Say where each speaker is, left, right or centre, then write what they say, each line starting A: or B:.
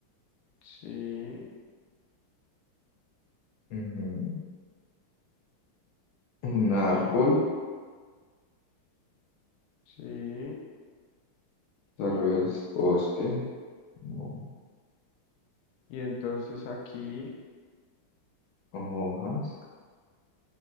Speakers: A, on the left (about 90°); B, on the left (about 75°).
A: Sí,
B: Ujú. Un árbol,
A: sí.
B: tal vez bosque, no,
A: Y entonces aquí,
B: hojas.